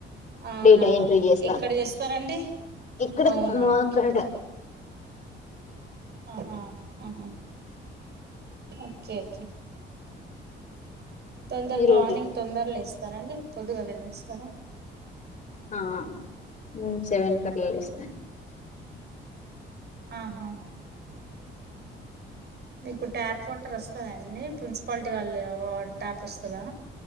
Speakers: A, on the right; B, on the left.
A: అవునా
B: డేటా ఎంట్రీ చేస్తాను
A: ఎక్కడ చేస్తారండి
B: ఇక్కడే
A: అవునా
B: మాకాడ
A: ఓకే ఓకే ఆహా ఆహా ఓకే ఓకే తొందర
B: ఈరోజు
A: బాగుంగ్ తొందరలు లేస్తారా అండి పొద్దుగలే లేస్తారా
B: ఆ నేను సవెన్కి అట్లా లేస్తాను
A: ఆహా మీకు ట్యాప్ వాటర్ వస్తదండి పున్సిపాలిటీ వాళ్ళు ట్యాప్ వస్తదా